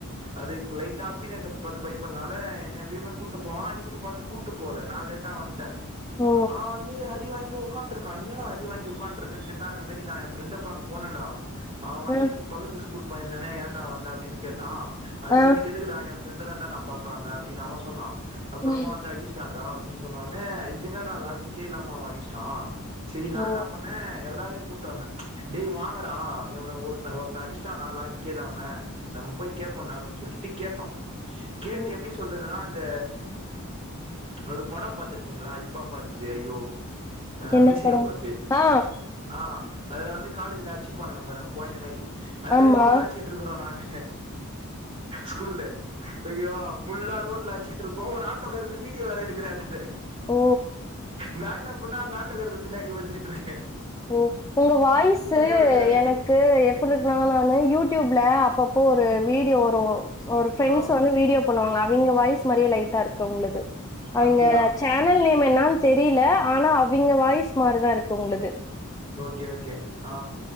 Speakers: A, on the right; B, on the left.
A: அது லைட்டா அப்பீரியன்ஸ பாத்து பயப்பட்ற்னால என்ன எப்பயுமே கூட்டு போவா அன்னைக்கினு பாத்து கூட்டு போல நா லேட்டா வந்ட்டே
B: ஓ
A: அவ வந் து அடி வாங்கி உக்காந்ட்ருக்கா என்னடா அடி வாங்கி உக்காந்ட்ருக்கன் கேட்டா இந்த மாரி நா எ ஃப்ரெண்ட பாக்க போனன்டா அவ வந்து
B: ஆ
A: நீ பக்கத்து ஸ்கூல் பையந்தான ஏண்டா வந்த அப்டின் கேட்டா அது
B: ஆ
A: உனக் எதுக்குடா எ ஃப்ரெண்ட தான்டா நா பாக்க வந்த அப்டின் அவ சொன்னா அப்பறமா
B: ம்
A: வந்து அடிஸ் ட்டான்டா அப்டின் சொன்ன உட்னே இது என்னடா லாஜிக்கே இல்லாம அவ அடிஸ்ட்டா செரி நா
B: ஓ
A: என்னா பண்ணே எல்லாரயு கூட்டு வந்தே டேய் வாங்கடா இவன ஒருத்த ஒருத்த அடிஸ்ட்டானா லாஜிக்கே இல்லாம நம்ம போய் கேப் போன்டா அப்டின் சொல்லிட்டு கேட்டோ கேட்டு
B: ஓ
A: எப்டி சொல்றதுனா இந்த ஒரு படம் பாத்திருக்கீங்களா ஹிப் ஆஃப் ஆதிது ஐயோ அ
B: என்ன
A: மீசையா
B: படோ
A: முறுக்கு
B: ஆ
A: ஆ அதுல வந்து காலேஜ்ல அச்சுப்பானுங்க பாருங்க கொழ்ந்த மாரி அது மாரி
B: ஆமா
A: ரோட்ல அச்சு ட்ருக்கறோ நாங்க ஸ்கூல்ல ஐயோ ஃபுல்லா ரோட்ல அச்சிட்ருக்கோ ஒரு ஆட்டோக்காரர் வீடியோ வேற எடுக்குறாரு
B: ஓ
A: நா என்ன பண்ணே அந்த ஆட்டோகாரர் பின்னாடி ஒளிஞ்சிட்ருக்கே
B: ஓ உங்க வாய்ஸு
A: வரக்கூடாது
B: எனக் கு எப்பிட்ருக்னா நானு யூடியூப்ல அப்பப்போ ஒரு வீடியோ வரு ஒரு ஃப்ரெண்ட்ஸ்
A: ஆ
B: வந்து வீடியோ பண்ணுவாங்க அவிங்க வாய்ஸ் மாரியே லைட்டா இருக்கு உங்ளுது அவிங்க
A: அப்டியா
B: சேனல் நேம் என்னான் தெரியில ஆனா அவிங்க வாய்ஸ் மாரிதா இருக்கு உங்ளுது
A: ஓகே ஓகே ஆ